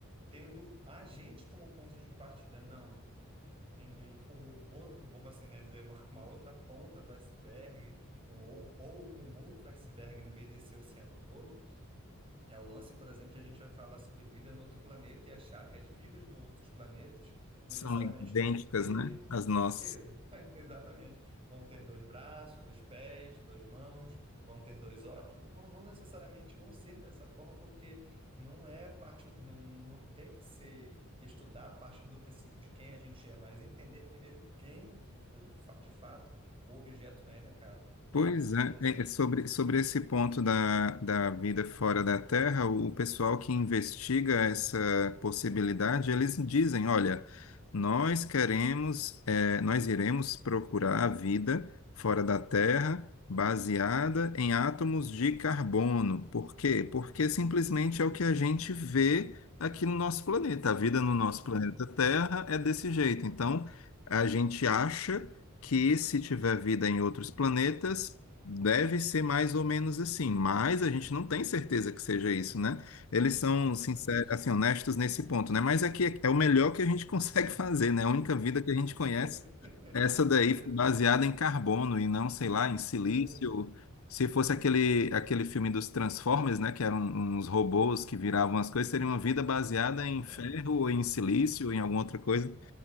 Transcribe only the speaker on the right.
tendo a gente como ponto de partida. Não, um, um- um outro, vamos assim, né, dizer, uma, uma outra ponta do iceberg, um, ou, ou um outro iceberg no meio desse oceano todo. É o lance, por exemplo, que a gente vai falar sobre vida no outro planeta e achar que as vidas no outros planetas necessariamente
têm que ter
Ex- <laughs> Exatamente. Vão ter dois braços, dois pés, duas mãos, vão ter dois olhos. Não, não necessariamente vão ser dessa forma, porque não é parte, não, não tem que ser estudado partindo do princípio de quem a gente é, mas entender primeiro quem de, fa- de fato o objeto é, né, cara? É
muito interessante
isso.
Uhum,
exatamente.
<laughs>
Exato.
Era isso.
É.